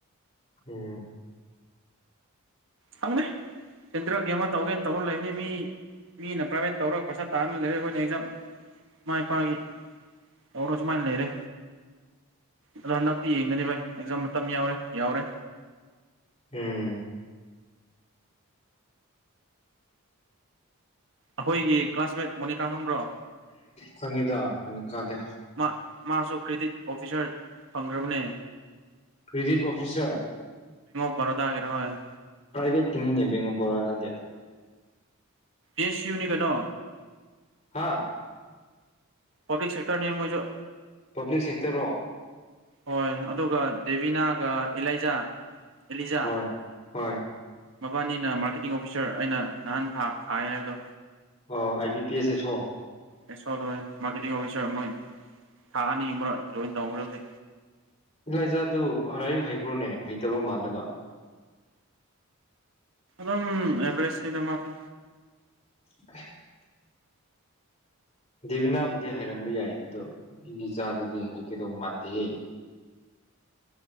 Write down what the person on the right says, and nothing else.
ꯈꯪꯗꯦ ꯁꯦꯟꯇꯔꯒꯦ ꯑꯃ ꯇꯧꯒꯦꯅ ꯇꯧꯔ ꯂꯩꯕꯅꯤ ꯃꯤ ꯃꯤꯅ ꯄ꯭ꯔꯥꯏꯚꯦꯠ ꯇꯧꯔꯒ ꯄꯩꯁꯥ ꯇꯥꯔꯅ ꯂꯩꯔ ꯑꯩꯈꯣꯏꯅ ꯑꯦꯛꯖꯥ ꯏꯃꯥ ꯏꯄꯥꯒꯤ ꯑꯣꯔꯣꯁꯨꯃꯥꯏ ꯂꯩꯔꯦ ꯑꯗꯣ ꯍꯟꯗꯛꯇꯤ ꯌꯦꯡꯒꯅꯤ ꯚꯥꯏ ꯑꯦꯛꯖꯥꯝ ꯃꯇꯝ ꯌꯥꯎꯔꯦ ꯌꯥꯎꯔꯦ
ꯑꯩꯈꯣꯏꯒꯤ ꯀ꯭ꯂꯥꯁꯃꯦꯠ ꯃꯣꯅꯤꯀꯥ ꯈꯪꯕ꯭ꯔꯣ
ꯃꯥ ꯃꯥꯁꯨ ꯀ꯭ꯔꯦꯗꯤꯠ ꯑꯣꯐꯤꯁꯥꯔ ꯐꯪꯈ꯭ꯔꯕꯅꯦ
ꯄꯔꯗꯒꯦꯔꯦ ꯍꯣꯏ
ꯑꯦ ꯁꯤ ꯌꯨꯅꯤ ꯀꯩꯅꯣ
ꯄꯕ꯭ꯂꯤꯛ ꯁꯦꯛꯇꯔ ꯑꯃꯁꯨ
ꯍꯣꯏ ꯑꯗꯨꯒ ꯗꯦꯕꯤꯅꯥꯒ ꯑꯦꯂꯥꯏꯖꯥ ꯑꯦꯂꯤꯖꯥ
ꯃꯕꯥꯅꯤꯅ ꯃꯥꯔꯀꯦꯇꯤꯡ ꯑꯣꯐꯤꯁꯥꯔ ꯑꯩꯅ ꯅꯍꯥꯟ ꯊꯥꯏ ꯍꯥꯏꯕꯗꯣ
ꯑꯦ ꯆꯣ ꯃꯀꯦ ꯑꯣꯐꯤꯁꯔ ꯃꯣꯏ ꯊꯥ ꯑꯅꯤ ꯑꯃꯛ ꯖꯣꯏꯟ ꯇꯧꯈ꯭ꯔꯖꯤꯦ
ꯑꯝ ꯑꯦꯕꯔꯦꯁꯗ ꯃꯥꯊ